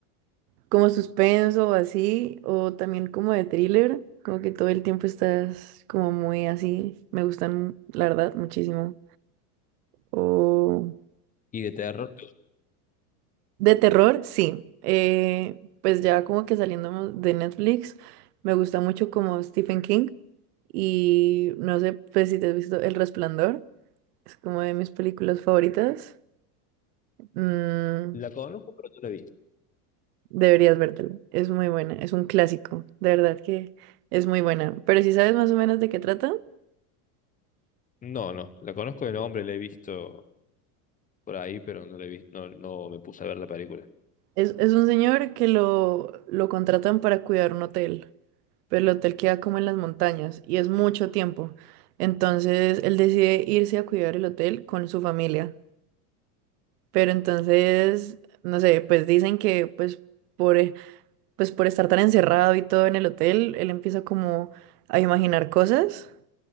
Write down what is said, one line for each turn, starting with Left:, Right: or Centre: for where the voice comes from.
Right: como suspenso o así, o también como de thriller, como que todo el tiempo estás como muy así. Me gustan, la verdad, muchísimo. o
Left: Y de terror,
Right: De terror, sí. Eh, pues ya como que saliendo de Netflix, me gusta mucho como Stephen King y no sé pues si te has visto El Resplandor, es como de mis películas favoritas. Mm,
Left: la conozco, pero no la vi.
Right: deberías vértela, es muy buena, es un clásico, de verdad que es muy buena. Pero si sabes más o menos de qué trata.
Left: No, no, la conozco de nombre, la he visto por ahí, pero no la he visto, no, no me puse a ver la película.
Right: Es, es un señor que lo, lo contratan para cuidar un hotel, pero el hotel queda como en las montañas y es mucho tiempo. Entonces él decide irse a cuidar el hotel con su familia. Pero entonces, no sé, pues dicen que pues por, eh, pues por estar tan encerrado y todo en el hotel, él empieza como a imaginar cosas.